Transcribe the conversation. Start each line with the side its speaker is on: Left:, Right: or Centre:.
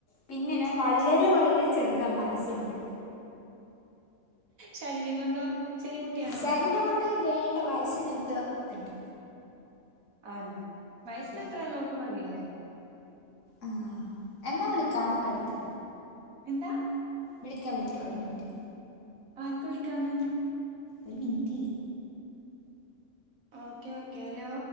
Left: പിന്നെ ഞാൻ വളരെ വളരെ ചെറുതാ മനസൊണ്ട്.
Right: ശരീരം കൊണ്ടോ? ചെറിയ കുട്ടിയാണോ
Left: ശരീരം കൊണ്ട് വേണ്ട വയസിനൊത്ത തുണ്ട്.
Right: ആനോ വയസിന്
Left: യാ.
Right: എത്ര ഉള്ളോക്കെ പറയില്ലേ.
Left: ആ എന്നാ വിളിക്ക ട്ക്ക് ട്ക്ക്.
Right: എന്താ
Left: വിളിക്കാം വിളിക്കാം ഒരു മിനിറ്റ്.
Right: ആരൊക്കെ വിളിക്കാന്ന്
Left: ഒരു മിൻറ്റ്.
Right: Okay okay hello